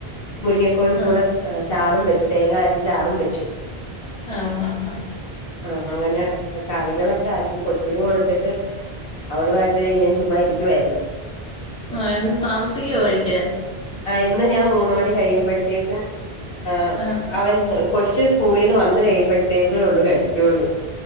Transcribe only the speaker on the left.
മുരിങ്ങക്കോലും കൂടെ
ചാറും വെച്ചു തേങ്ങഅരച്ച് ചാറും വെച്ചു
ആഹ് അങ്ങനെ കറികളൊക്കെ ആക്കി കൊച്ചിന് കൊടുത്തിട്ട് അവളുവായിട്ട് ഇങ്ങനെ ചുമ്മാ ഇരിക്കുവായിരുന്നു
ആഹ് എന്ന് ഞാൻ മൂന്ന് മണി കഴിയുമ്പഴ്ത്തേക്കും ആ
അവൻ കൊച്ച് സ്കൂളീന്ന് വന്നു കഴിയുമ്പഴ്ത്തേക്കേള്ളു കഴിക്കുള്ളു